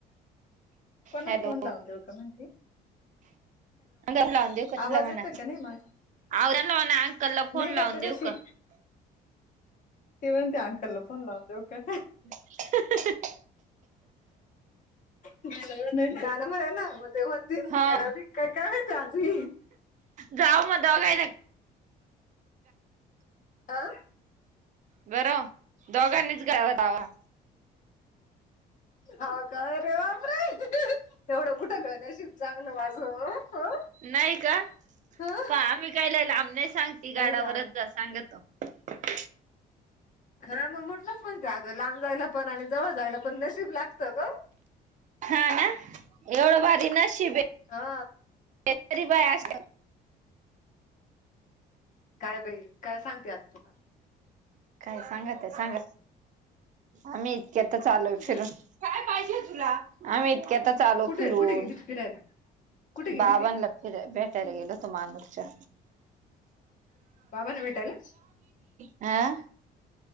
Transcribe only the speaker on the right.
हॅलो
अग आप लाव दे हो कतला
मना
आव त्यांला लोला अंकलला
फोन लावून
देऊ का
ह
हा
जाव मग दव गय
बरं दोघांनीच गवा दावा
नाही का
प आम्ही काय लहिल आमन सांगते गाडावरच
जास् सांग त
हा ना एवढ बारी न शिबे
तेरी बाय अस
काय सांगत आहे सांग आम्ही इतके आता चालू आहेय
फिरून काय पाहिजे तुला आम्ही इतक्या आता चालो
फिरून
बावन
लक्ष फि बेटरे गेलो तू मानूरच्या
आं